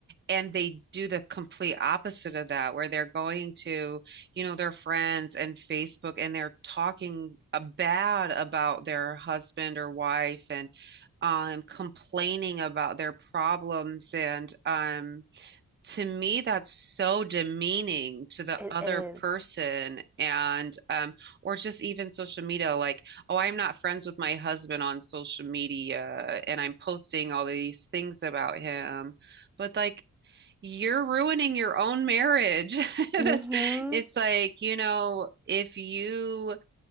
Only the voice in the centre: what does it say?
it
is.
Mm-hmm.